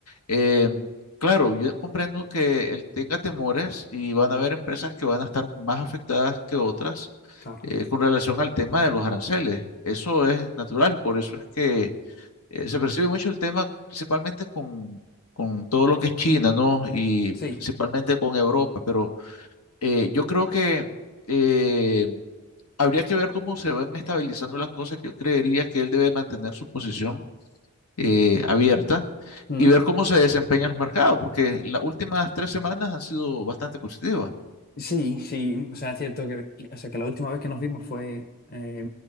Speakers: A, on the left; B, on the left.
A: Eh, claro, yo comprendo que él tenga temores y van a haber empresas que van a estar más afectadas que otras
B: claro.
A: eh, con relación al tema de los aranceles. Eso es natural, por eso es que eh, se percibe mucho el tema principalmente con, con todo lo que es China, ¿no? Y
B: Sí.
A: principalmente con Europa, pero eh, yo creo que eh, habría que ver cómo se van estabilizando las cosas. Yo creería que él debe mantener su posición eh, abierta
B: Mm.
A: y ver cómo se desempeñan los mercados, porque las últimas tres semanas han sido bastante positivas.
B: Sí, sí, o sea, es cierto que, o sea, que la última vez que nos vimos fue eh,